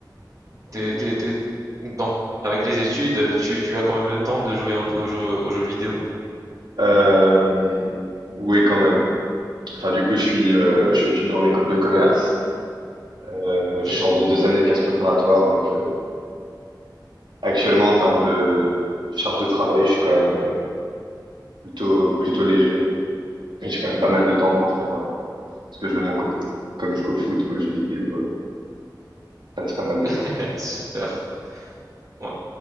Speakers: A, on the right (about 50°); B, on the right (about 85°).
A: T'es-
B: ok.
A: t'es- t'es- Donc, avec les études, tu, tu as quand même le temps de jouer un peu aux jeux, aux jeux vidéo.
B: Euh, oui, quand même. Enfin, du coup, je suis, euh, je suis étudiant en école de commerce. Euh,
A: Ok,
B: je sors de deux années de classe préparatoire, donc euh, actuellement, en termes de charge de travail, je suis quand même euh, plutôt, plutôt léger. Et j'ai quand même pas mal de temps pour faire, euh, ce que je veux de mon côté. Comme jouer au foot ou aux jeux vidéo, euh, ça laisse pas mal de
A: <laughs>
B: temps.
A: super. Ouais.